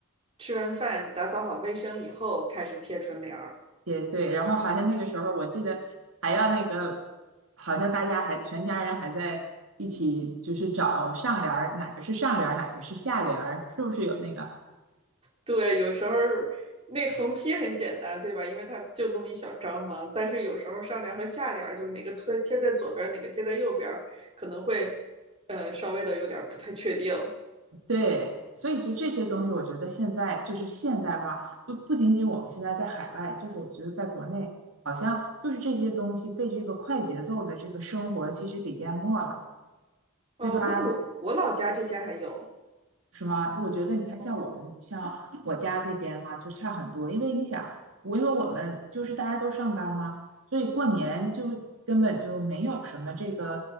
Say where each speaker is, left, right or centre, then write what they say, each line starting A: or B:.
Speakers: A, on the right; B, on the right.
A: 吃完饭，打扫好卫生以后开始贴春联儿。
B: 也对，然后好像那个时候我记得还要那个，好像大家还全家人还在一起，就是找上联儿，哪个是上联儿，哪个是下联儿，是不是有那个？
A: 对，有时候那横批很简单，对吧？因为它就那么一小张嘛。但是有时候上联和下联就是哪个贴贴在左边哪个贴在右边可能会呃稍微的有点不太确定。
B: 对，所以就这些东西，我觉得现在就是现代化，不不仅仅我们现在在海外，就是我觉得在国内，好像就是这些东西被这个快节奏的这个生活其实给淹没了，
A: 哦，
B: 对吧？
A: 那我我老家这些还有，
B: 是吗？我觉得你看，
A: 嗯
B: 像我们像我家这边哈，就差很多。因为你想，我因为我们就是大家都上班嘛，所以过年就根本就没有什么这个，